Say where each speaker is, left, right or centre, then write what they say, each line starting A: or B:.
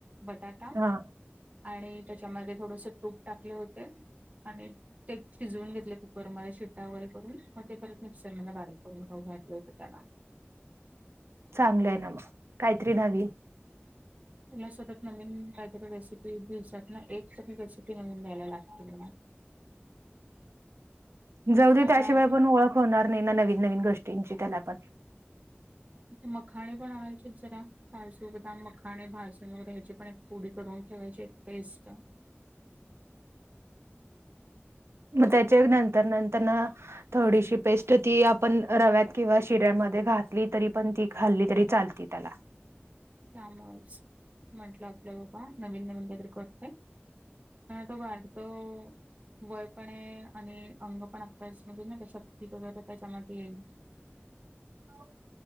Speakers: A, on the right; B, on the right.
A: बटाटा
B: हा
A: आणि त्याच्यामध्ये थोडस तूप टाकले होते. आणि ते शिजवून घेतले कुकरमध्ये शिट्टा वगैरे करून मग ते परत मिक्सर म बारीक करून घाऊ घातले होते त्याना.
B: चांगलं आहे ना मग काहीतरी नवी.
A: मला सतत नवीन काहीतरी रेसिपी दिवसात ना एक तररी रेसिपी नवीन द्यायला लागते मला.
B: जाऊ दे
A: आता
B: त्याशिवाय पण ओळख होणार नाही ना नवीन नवीन गोष्टींची त्याला पण.
A: मखाणे पण आणायचे जरा काजू बदाम मखाणे भाजून वगैरे ह्याचे पण पुडी करून ठेवायची एक पेस्ट.
B: मग त्याच्या नंतर नंतर ना. थोडीशी पेस्ट ती आपण रव्यात किंवा शिऱ्यामध्ये घातली तरी पण ती खाल्ली तरी चालते. ि <inaudible> तला.
A: त्यामस म्हंटलं आपलं बाबा नवीन नवीन त्यात्र करत आहे. त बाहेर तो. वय पण आहे आणि अंग पण आत्ताच म्हणजे ना शक्ती वगैरे त्याच्यामध्ये येईल..
B: ह